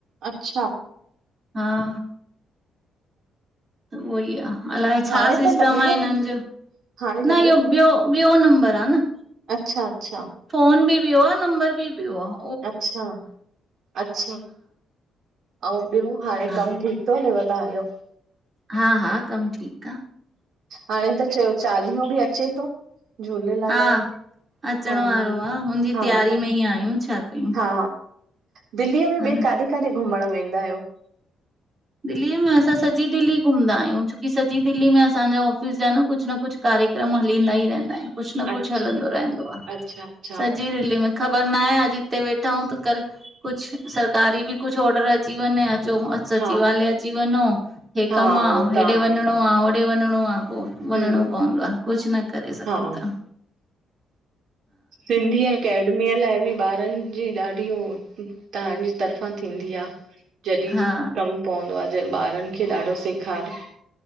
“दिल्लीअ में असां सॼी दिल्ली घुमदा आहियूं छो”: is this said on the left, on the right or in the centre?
Right